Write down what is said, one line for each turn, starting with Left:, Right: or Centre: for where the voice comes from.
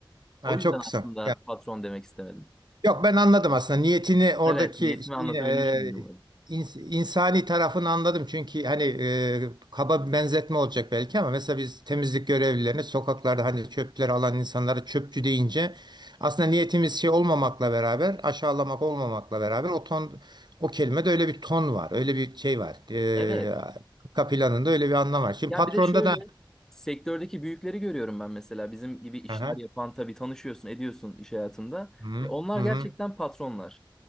Right: Ha,
Centre: O yüzden
Right: çok kısa.
Centre: aslında patron demek istemedim.
Right: Yok ben anladım aslında niyetini oradaki
Centre: Evet niyetimi
Right: şeyi,
Centre: anlatabilmişim
Right: e,
Centre: umarım.
Right: ins- insani tarafını anladım. Çünkü hani e, kaba bir benzetme olacak belki ama mesela biz temizlik görevlilerine sokaklarda hani çöpleri alan insanlara çöpçü deyince aslında niyetimiz şey olmamakla beraber aşağılamak olmamakla beraber o ton o kelimede öyle bir ton var. Öyle bir şey var. E,
Centre: Evet.
Right: arka planında öyle bir anlam var. Şimdi
Centre: Ya
Right: patronda
Centre: bir de şöyle
Right: da
Centre: sektördeki büyükleri görüyorum ben mesela bizim gibi işler
Right: Aha,
Centre: yapan tabii tanışıyorsun ediyorsun iş hayatında.
Right: hı,
Centre: Ya onlar
Right: hı,
Centre: gerçekten
Right: hı,
Centre: patronlar.